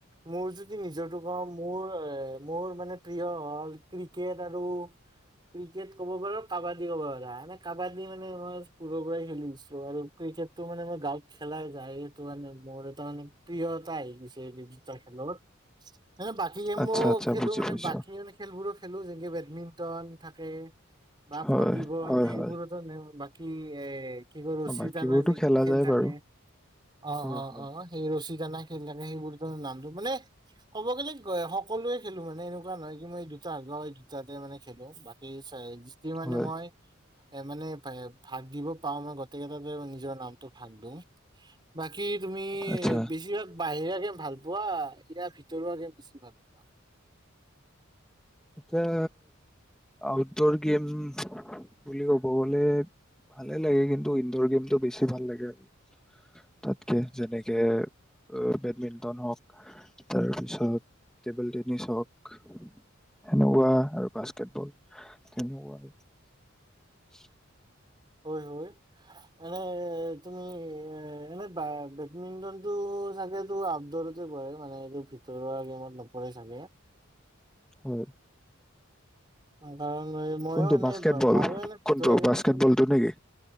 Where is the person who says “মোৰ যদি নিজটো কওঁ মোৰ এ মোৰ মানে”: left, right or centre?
Right